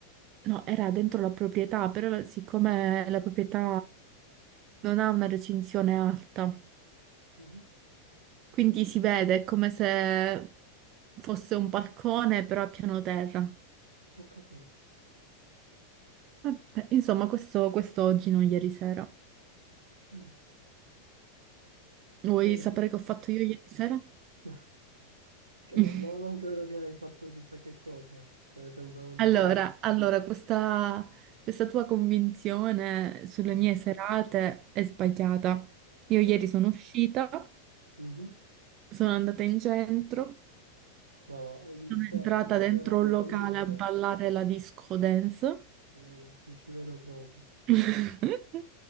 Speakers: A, on the right (about 35°); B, on the right (about 75°).
A: No, era dentro la proprietà, però la- siccome la proprietà non ha una recinzione alta,
B: Mhm.
A: quindi si vede è come se fosse un balcone, però a piano terra.
B: Ho capito.
A: Vabbè, insomma, questo, questo oggi, non ieri sera.
B: Mm.
A: Vuoi
B: E poi,
A: sapere
B: che
A: che ho fatto io ieri sera?
B: <laughs> che
A: <laughs>
B: no, ma non credo che hai fatto chissà che cosa, cioè senza non
A: Allora,
B: ti sei visto.
A: allora, questa, questa tua convinzione sulle
B: Mm.
A: mie serate è sbagliata. Io
B: Perché?
A: ieri sono uscita.
B: Mhm.
A: Sono andata in centro,
B: No, eh, di,
A: sono
B: se-
A: entrata
B: di
A: dentro
B: sera a pomeriggio
A: un locale a ballare la disco dance,
B: ti, ti ci vedo proprio.
A: <laughs>